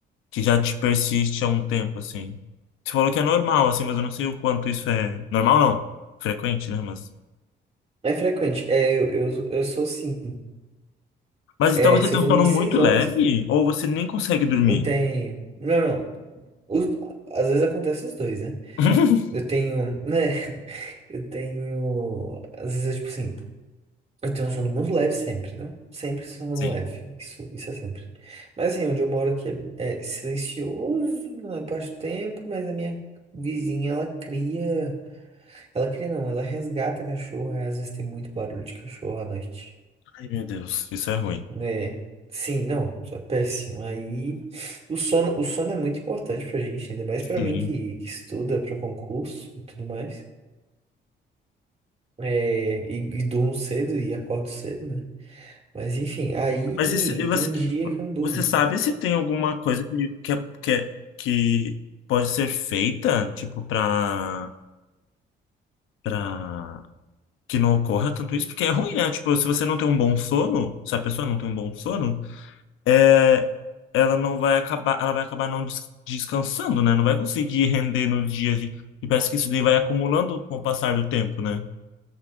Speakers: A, on the left; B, on the right.
A: que já te persiste há um tempo, assim? Você falou que é normal, assim, mas eu não sei o quanto isso é... Normal não, frequente, né? Mas,
B: É frequente. É, eu, eu, eu sou sim.
A: mas
B: É,
A: então você
B: se
A: tem
B: eu dormir
A: um sono
B: seis
A: muito leve
B: horas,
A: ou você nem consegue dormir?
B: eu tenho. Não, não. Os- Às vezes acontece os dois, né?
A: <laughs>
B: Eu tenho, né? <laughs> Eu tenho. Às vezes, é tipo assim, eu tenho um sono muito leve sempre, né? Sempre sono
A: Sim.
B: leve. Isso, isso é sempre. Mas assim, onde eu moro aqui é, é silencioso na parte do tempo, mas a minha vizinha, ela cria. Ela cria, não, ela resgata cachorro. aí Às vezes tem muito barulho de cachorro à noite.
A: Ai, meu Deus, isso é ruim.
B: É, sim, não, isso é péssimo. Aí o sono, o sono é muito importante pra gente, ainda mais
A: Sim.
B: pra mim que, que estuda pra concurso e tudo mais. É, e, e durmo cedo e acordo cedo, né? Mas enfim, aí
A: Mas isso, e você,
B: tem dia que eu não durmo.
A: você sabe se tem alguma coisa que, que, é- que, é- que pode ser feita, tipo, pra, pra que não ocorra tanto isso? Porque é ruim, né? Tipo, se você não tem um bom sono, se a pessoa não tem um bom sono, é, ela não vai acabar, ela vai acabar não des- descansando, né? Não vai conseguir render nos dias de, e parece que isso daí vai acumulando com o passar do tempo, né?